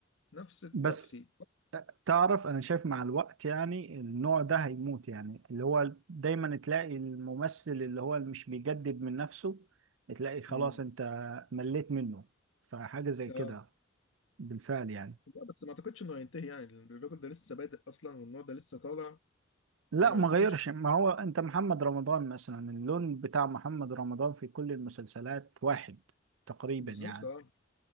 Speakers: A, on the left (about 80°); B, on the right (about 80°).
A: نفس التفسير
B: بس تعرف أنا شايف مع الوقت يعني النوع ده هيموت يعني اللي هو دايما تلاقي الممثل اللي هو اللي مش بيجدد من نفسه تلاقي خلاص
A: مم.
B: أنت مليت منه فحاجة زي
A: اه
B: كده بالفعل يعني
A: لا بس ما اعتقدش انه هينتهي يعني الراجل ده لسه بادئ اصلا والنوع ده لسه طالع
B: لا
A: فما
B: ما
A: اعتقدش
B: غيرش ما هو أنت محمد رمضان مثلا اللون بتاع محمد رمضان في كل المسلسلات واحد تقريبا
A: بالظبط
B: يعني
A: اه